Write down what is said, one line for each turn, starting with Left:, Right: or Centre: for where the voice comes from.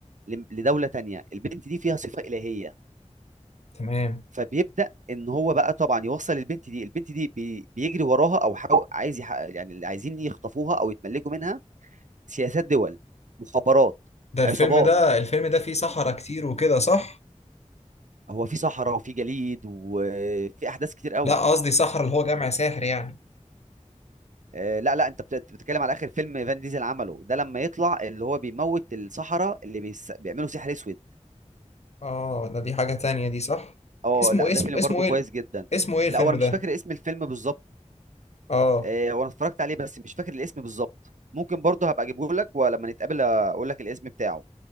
Right: ل- لدوله تانية البنت دي فيها صفه الهيه
Left: تمام
Right: فبيبدا ان هو بقى طبعا يوصل البنت دي البنت دي بي- بيجري وراها او حاو- عايز يحقق يعني اللي عايزين يخطفوها او يتملكوا منها سياسات دول مخابرات
Left: ده الفيلم
Right: عصابات
Left: ده الفيلم ده فيه صحراء كتير وكده صح
Right: هو في صحراء وفي جليد وفي احداث كتير قوي
Left: لا قصدي صحراء اللي هو جامع ساحر يعني
Right: آه، لا لا انت بت- بتتكلم على اخر فيلم فان ديزل عمله ده لما يطلع اللي هو بيموت الصحراء اللي بيس... بيعملوا سحر اسود
Left: اه ده دي حاجه تانية دي صح
Right: اه
Left: اسمه
Right: لا ده
Left: اسمه
Right: فيلم
Left: اسمه
Right: برضو
Left: ايه
Right: كويس
Left: ال-
Right: جدا
Left: اسمه ايه الفيلم
Right: لا وانا
Left: ده
Right: مش فاكر اسم الفيلم بالظبط
Left: اه
Right: آه، وانا اتفرجت عليه بس مش فاكر الاسم بالظبط ممكن برضو هبقى اجيبه لك ولما نتقابل اقول لك الاسم بتاعه